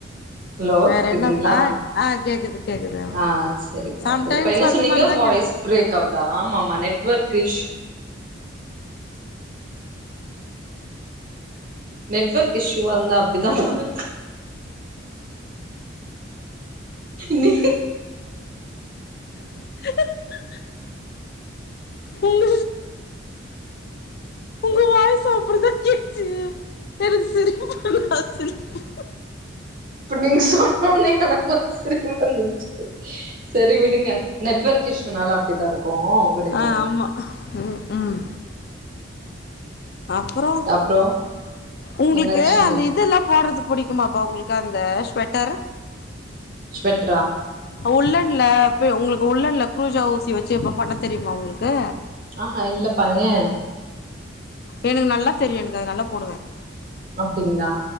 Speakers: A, on the right (about 45°); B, on the left (about 55°).
A: ஹலோ
B: வேற
A: கேக்குதுங்ளா
B: என்ன ஆ ஆ கேக்குது கேக்குது
A: ஆ சரிப்பா
B: சம்டைம்ஸ்ல
A: சரிப்பா என்ன
B: அந்த
A: சொன்னீங்க
B: மாரிதா
A: வாய்ஸ்
B: கெடை
A: பிரேக் ஆகுதா ஆமா ஆமா நெட்வொர்க் இஸ்யு நெட்வொர்க் இஸ்யூவா இருந்தா அப்டிதா வரு நீ
B: <unintelligible> ஒங்க ஒங்க வாய்ஸ்ஸு அப்டி தா கேட்டுச்சு எனக்கு சிரிப்பு
A: இப்ப நீங்க சொ ஓ நேத்து எனக்கு சிரிப்புவந்துச்சு சரி விடுங்க நெட்வொர்க் இஷ்யூனால அப்டிதா இருக்கு விடுங்க
B: ஆ
A: விடுங்க
B: ஆமா ம் ம் அப்புறோ
A: அப்றோ
B: உங்களுக்கு
A: என்னாச்சுங்க
B: அந்த இதல்லா போடுறதுக்கு புடிக்குமாப்பா உங்களுக்கு அந்த ஸ்வெட்டர்
A: ஸ்வெட்
B: உள்ளன்னுலப் உங்களுக்கு கோல்ன்டன்ல்ல குரூஜா வுஸி வச்சு பண்ண தெரியுமா உங்களுக்கு
A: ஆஹா இல்லப்பா ஏ
B: எனக்கு நல்லா தெரியு எனக்கு அது நல்லா போடுவே
A: அப்டிங்களா